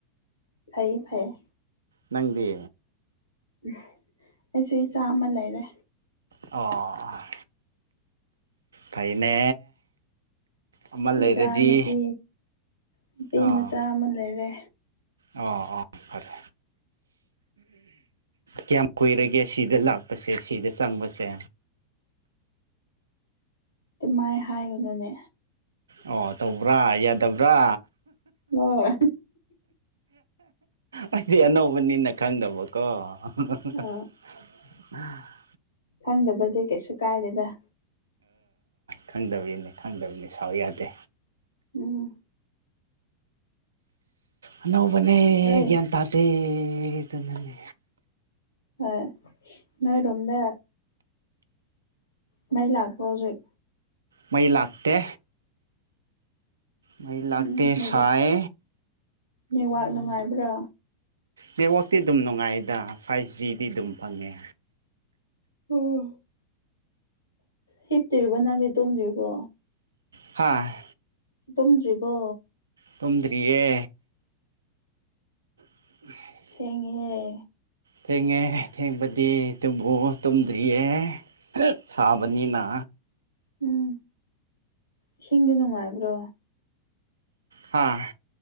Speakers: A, on the left (about 70°); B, on the right (about 70°).
A: ꯐꯩ ꯐꯩꯌꯦ
B: ꯅꯪꯗꯤ
A: ꯎꯝ ꯑꯩꯁꯨ ꯏꯆꯥ ꯑꯃ ꯂꯩꯔꯦ
B: ꯑꯣ ꯐꯩꯅꯦ ꯑꯃ ꯂꯩꯔꯗꯤ
A: ꯏꯆꯥ ꯅꯨꯨꯄꯤ ꯅꯨꯄꯤ
B: ꯑꯣ
A: ꯃꯆꯥ ꯑꯃ ꯂꯩꯔꯦ
B: ꯑꯣ ꯑꯣ ꯐꯔꯦ ꯀꯌꯥꯝ ꯀꯨꯏꯔꯒꯦ ꯁꯤꯗ ꯂꯥꯛꯄꯁꯦ ꯁꯤꯗ ꯆꯪꯕꯁꯦ
A: ꯑꯗꯨꯃꯥꯏ ꯍꯥꯏꯒꯅꯨꯅꯦ
B: ꯑꯣ ꯇꯧꯕ꯭ꯔꯥ ꯌꯥꯗꯕ꯭ꯔꯥ
A: ꯍꯣꯏ
B: ꯑꯩꯗꯤ ꯑꯅꯧꯕꯅꯤꯅ ꯈꯪꯗꯕꯀꯣ <unintelligible>
A: ꯑ ꯈꯪꯗꯕꯗꯤ ꯀꯩꯁꯨ ꯀꯥꯏꯗꯦꯗ
B: ꯈꯪꯗꯕꯅꯤ ꯈꯪꯗꯕꯅꯤ ꯁꯥꯎ ꯌꯥꯗꯦ
A: ꯎꯝ
B: ꯑꯅꯧꯕꯅꯦ
A: ꯍꯣꯏ
B: ꯒ꯭ꯌꯥꯟ ꯇꯥꯗꯦꯗꯨꯅꯅꯦ
A: ꯍꯣꯏ ꯅꯣꯏꯔꯣꯝꯗ ꯃꯩ ꯂꯥꯛꯄ꯭ꯔꯣ ꯍꯧꯖꯤꯛ
B: ꯃꯩ ꯂꯥꯛꯇꯦ ꯃꯩ ꯂꯥꯛꯇꯦ
A: ꯎꯝ ꯅꯦꯠꯋꯥꯛ
B: ꯁꯥꯏ
A: ꯅꯦꯠꯋꯥꯛ ꯅꯨꯡꯉꯥꯏꯕ꯭ꯔꯥ
B: ꯅꯦꯠꯋꯥꯛꯇꯤ ꯑꯗꯨꯝ ꯅꯨꯡꯉꯥꯏꯗ ꯐꯥꯏꯚ ꯖꯤꯗꯤ ꯑꯗꯨꯝ ꯐꯪꯉꯦ
A: ꯑꯣ ꯍꯤꯞꯇꯔꯤꯕꫭ ꯅꯪꯗꯤ ꯇꯨꯝꯗ꯭ꯔꯤꯕꯣ
B: ꯍꯥꯥ
A: ꯇꯨꯝꯗ꯭ꯔꯤꯕꯣ
B: ꯇꯨꯝꯗ꯭ꯔꯤꯌꯦ <unintelligible>
A: ꯊꯦꯡꯉꯦꯍꯦ
B: ꯊꯦꯡꯉꯦ ꯊꯦꯡꯕꯗꯤ ꯇꯨꯝꯕꯨ ꯇꯨꯝꯗ꯭ꯔꯤꯌꯦ ꯁꯥꯕꯅꯤꯅ
A: ꯎꯝ ꯏꯁꯤꯡꯗꯤ ꯅꯨꯡꯉꯥꯏꯕ꯭ꯔꯣ
B: ꯍꯥꯥ